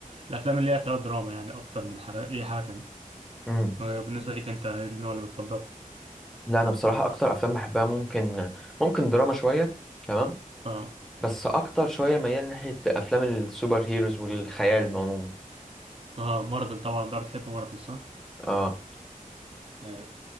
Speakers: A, on the right (about 40°); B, in the centre.
A: الافلام اللي هي فيها دراما يعني اكتر من حاجه اي حاجه تانية
B: امم
A: آه، بالنسبه ليك انت ايه النوع اللي بتفضله
B: لا انا بصراحه اكتر افلام بحبها ممكن ممكن دراما شويه تمام
A: اه
B: بس اكتر شويه ميال ناحيه افلام السوبر هيروز والخيال عموما
A: اه مارفل طبعا بقى بتحب مارفل صح
B: اه
A: آه.